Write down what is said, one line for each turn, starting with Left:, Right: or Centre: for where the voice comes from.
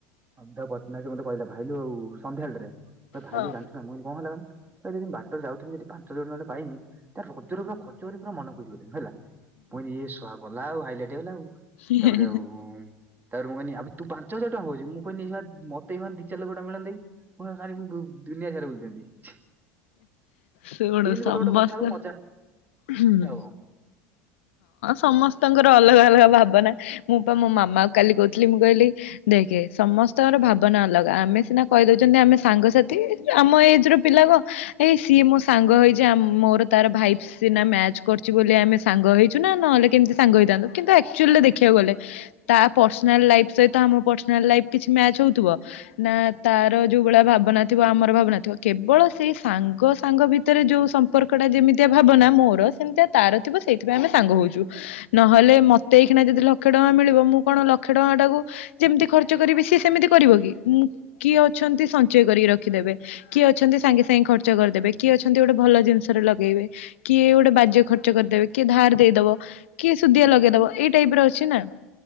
Right: ଅବଧ ପଦ୍ନାଜୀ ମତେ କହିଲା ଭାଇଲୁ ସନ୍ଧ୍ୟା ବେଳ ଠାରେ ଭାଇଲୁ
Left: ହଁ।
Right: ଜାଣିଛୁ ନା ମୁଇଁ କଣ ହେଲା। <unintelligible> ଏ ଯଦି ମୁଁ ବାଟରେ ଯାଉଥିବି ଯଦି ପାଞ୍ଚ ହଜାର ଖଣ୍ଡେ ପାଇମି ତାରେ ରଜରେ ପୁରା ଖର୍ଚ୍ଚ କରିି ପୁରା ମନ ଖୁସି କରି ଦେବି ହେଲା। ମଣି ସ ଆ <unintelligible> କଲା ଆଉ ହାଇଲାଇଟ୍ ହେଲା ଆଉ
Left: ହେଁ
Right: ତାପରେ
Left: ହେଁ ହେଁ
Right: ଆଉ ତାପରେ ମୁଁ କହିନି ଆବେ ତୁ ପାଞ୍ଚ ହଜାର ଟଙ୍କା କହୁଛୁ ମୁଁ କହିନି ସ ମତେ ଏଖ <unintelligible> ଏଇ ଦି ଚାରି ଲକ୍ଷ ଟଙ୍କା ମିଳନ୍ତାକି <unintelligible> ଖାଲି ମୁଁ ବୁ ଦୁନିଆ ସାରା ବୁଲୁଛି। <inaudible>
Left: ଶୁଣୁ
Right: ଗୋଟେ
Left: ସମସ୍ତ
Right: ଗୋଟେ କଥା କୁ ମଜା
Left: ହୁଁ।
Right: ହବ।
Left: ସମସ୍ତଙ୍କର ଅଲଗା। ଭାବନା ମୁଁ ପା ମୋ ମାମା କାଲି କହୁଥିଲି ମୁଁ କହିଲି ଦେଖେ ସମସ୍ତଙ୍କର ଭାବନା ଅଲଗା ଆମେ ସିନା କହିଦଉଛନ୍ତି ଆମେ ସାଙ୍ଗସାଥି ଆମ ଏଜର ପିଲା କଣ ଏଇ ସିଏ ମୋ ସାଙ୍ଗ ହେଇଛି ମୋର ତାର ଭାଇବ ସିନା ମ୍ୟାଚ କରିଛି ବୋଲି ଆମେ ସାଙ୍ଗ ହେଇଛୁ ନା ନହେଲେ କେମିତି ସାଙ୍ଗ ହେଇଥାନ୍ତୁ କିନ୍ତୁ ଏକ୍ଚ୍ୟଆଲ ଦେଖିବାକୁ ଗଲେ ତା ପର୍ସନାଲ ଲାଇଫ ସହିତ ଆମ ପର୍ସନାଲ ଲାଇଫ କିଛି ମ୍ୟାଚ ହଉଥିବ? ନା ତାର ଯୋଉ ଭଳିଆ ଭାବନା ଥିବ ଆମର ଭାବନା ଥିବ। କେବଳ ସେଇ ସାଙ୍ଗ ସାଙ୍ଗ ଭିତରେ ଯୋଉ ସମ୍ପର୍କ ଆପଣ ଯେମିତିଆ ଭାବନା ମୋର ସେମିତିଆ ତାର ଥିବ ସେଇଥିାଇଁ ଆମେ ସାଙ୍ଗ ହଉଛୁ। ନହେଲେ ମତେ ସେଇଖଣା ଯଦି ଲକ୍ଷେ ଟଙ୍କା ମିଳିବ ମୁଁ କଣ ଲକ୍ଷେ ଟଙ୍କା ଟାକୁ ଯେମିତି ଖର୍ଚ୍ଚ କରିବି ସିଏ ସେମିତି କରିବ କି? ହୁଁ କିଏ ଅଛନ୍ତି ସଞ୍ଚୟ କରି ରଖିଦେବେ। କିଏ ଅଛନ୍ତି ସାଙ୍ଗେ ସାଙ୍ଗେ ଖର୍ଚ କରିଦେବେ କିଏ ଅଛନ୍ତି ଗୋଟେ ଭଲ ଜିନିଷରେ ଲଗେଇବେ କିଏ ଗୋଟେ ବାଜେ ଖର୍ଚ୍ଚ ଖର୍ଚ୍ଚ କରିଦେବେ, କିଏ ଧାର ଦେଇଦବ, କିଏ ଶୁଦ୍ଧିଆ ଲଗେଇଦବ ଏଇ ଟାଇପ ର ଅଛି ନା।